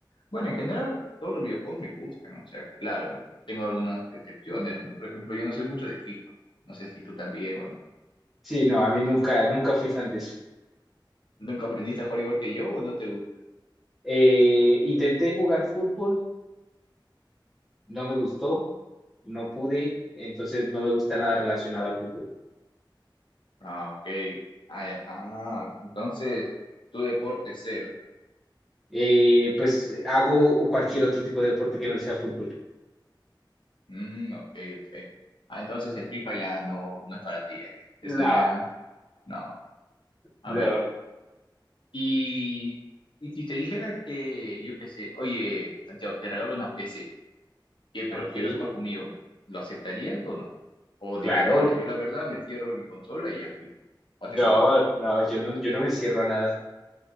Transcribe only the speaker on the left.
bueno, en general todos los videojuegos me gustan, o sea, claro, tengo algunas excepciones, ¿no? Por ejemplo, yo no soy mucho de FIFA, no sé si tú también o no.
¿Nunca aprendiste a jugar igual que yo o no te gusta?
Ah, ok. Ah, eh, ah, entonces tu deporte es cero.
Mm, ok, ok. Ah, entonces el FIFA ya no, no es para ti, ya, ya. Eso
ya, no. A
ver. Y, y si te dijera que, yo qué sé, oye, Santiago, te regalo una PC, ¿qué, pero
quieres jugar conmigo? ¿Lo aceptarías o no? O
diría, no, Alex, yo la verdad me cierro en mi consola y ya fui. Jugate
solo.